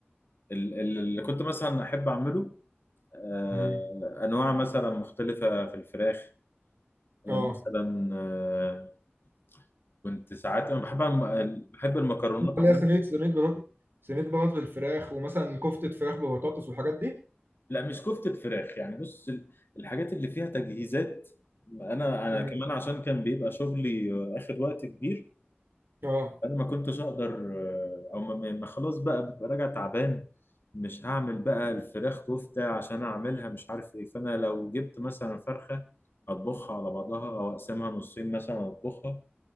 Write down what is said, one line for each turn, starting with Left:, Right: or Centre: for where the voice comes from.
Left: ال- ال- اللي كنت مثلا احب اعمله آه،
Right: مهم.
Left: انواع مثلا مختلفه في الفراخ آه،
Right: اه
Left: مثلا آه، كنت ساعات انا بحب أعمل- بحب المكرونات
Right: اللي
Left: عموما
Right: هي صينيه صينيه بطاطس صينيه بطاطس بالفراخ ومثلا كفته فراخ ببطاطس والحاجات دي
Left: لا مش كفتة فراخ يعني بص ال- الحاجات اللي فيها تجهيزات انا انا
Right: مم.
Left: كمان عشان كان بيبقى شغلي آه، اخد وقت كبير
Right: اه
Left: انا ما كنتش اقدر آه، او ما ما- ما خلاص بقى ببقى راجع تعبان مش هعمل بقى الفراخ كفتة عشان اعملها مش عارف ايه فانا لو جبت مثلا فرخة اطبخها على بعضها او اقسمها نصين مثلا اطبخها